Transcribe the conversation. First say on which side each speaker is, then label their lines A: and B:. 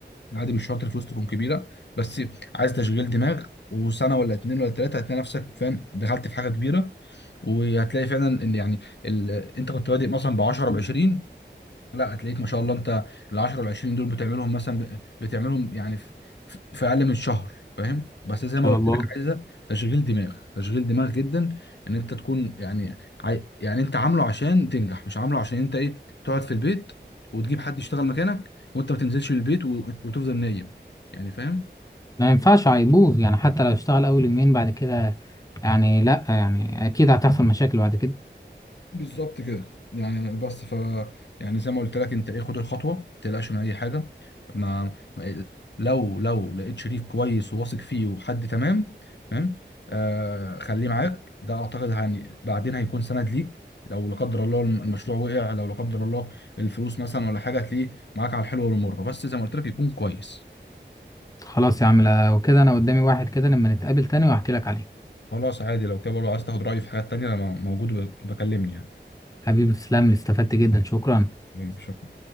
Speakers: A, on the left; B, on the left.
A: عادي مش شرط الفلوس تكون كبيرة بس عايز تشغيل دماغ وسنة ولا اتنين ولا تلاتة هتلاقي نفسك فاهم دخلت في حاجة كبيرة وهتلاقي فعلا إن يعني ال... أنت كنت بادئ مثلا ب 10 ب 20 لا هتلاقيك ما شاء الله انت ال 10 وال 20 دول بتعملهم مثلا ب- بتعملهم يعني في في في اقل من شهر فاهم بس زي
B: شاء
A: ما قلت
B: الله
A: لك عايزه تشغيل دماغ تشغيل دماغ جدا ان انت تكون يعني عاي... يعني انت عامله عشان تنجح مش عامله عشان انت ايه تقعد في البيت وتجيب حد يشتغل مكانك وانت ما تنزلش من البيت و... وتفضل نايم يعني فاهم
B: ما ينفعش هيبوظ يعني حتى لو اشتغل اول يومين بعد كده يعني لا يعني اكيد هتحصل مشاكل بعد كده
A: بالظبط كده يعني بس ف يعني زي ما قلت لك انت ايه خد الخطوه ما تقلقش من اي حاجه ما ما- لو لو لقيت شريك كويس وواثق فيه وحد تمام تمام آه خليه معاك ده اعتقد يعني بعدين هيكون سند ليك لو لا قدر الله الم- المشروع وقع لو لا قدر الله الفلوس مثلا ولا حاجه هتلاقيه معاك على الحلو والمر بس زي ما قلت لك يكون كويس
B: خلاص يا عم لو كده انا قدامي واحد كده لما نتقابل تاني وهحكي لك عليه
A: خلاص عادي لو كده برضه عايز تاخد رايي في حاجات تانيه انا موجود وب- بكلمني يعني
B: حبيبي تسلم لي استفدت جدا شكرا
A: طيب، شكرا